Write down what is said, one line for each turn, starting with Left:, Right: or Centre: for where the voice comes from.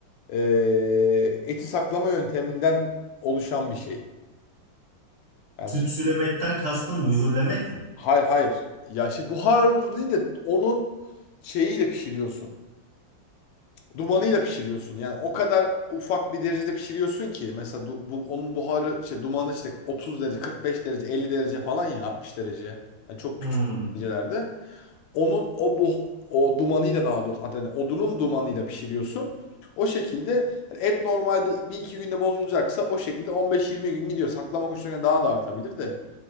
Left: e, eti saklama yönteminden oluşan bir şey. Yani,
Right: Tütsülemekten
Left: s-
Right: kastın mühürlemek mi?
Left: hayır hayır. Ya şimdi buharlı değil de onun şeyiyle pişiriyorsun. Dumanıyla pişiriyorsun. Yani o kadar ufak bir derecede pişiriyorsun ki mesela du- bu, onun buharı işte dumanı işte 30 derece, 45 derece, 50 derece falan ya 60 derece. Yani çok
Right: Hmm.
Left: küçük derecelerde. onun o bu o dumanıyla daha doğrusu adını odunun dumanıyla pişiriyorsun. O şekilde hani et normalde bir iki günde bozulacaksa o şekilde 15-20 gün gidiyor. Saklama koşullarına daha da artabilir de.